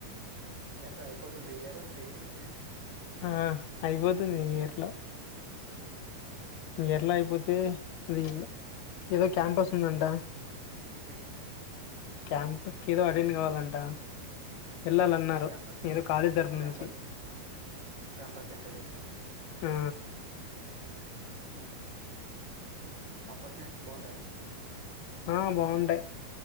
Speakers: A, on the right; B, on the left.
A: ఎట్లా అయిపోతుంది ఈ ఇయరు డిగ్రీ నీది.
B: ఆహ్ అయిపోతుంది ఈ ఇయర్లో.
A: ఉమ్.
B: ఎట్లా అయిపోతే అది ఏదో క్యాంపస్ ఉందంట.
A: ఉమ్.
B: క్యాంపస్కేదో అటెండ్ కావాలంట. వెళ్ళాలన్నారు
A: హుహు. క్యాంపస్
B: ఏదో కాలేజ్ తరపు
A: క్యాంపస్
B: నుంచి.
A: క్యాంపస్ ఇంటర్వ్యూసా
B: ఆ,
A: ఉహూ. ఆపర్చునిటీస్ బాగుంటాయి కదా.
B: ఆహ్ బాగుంటాయి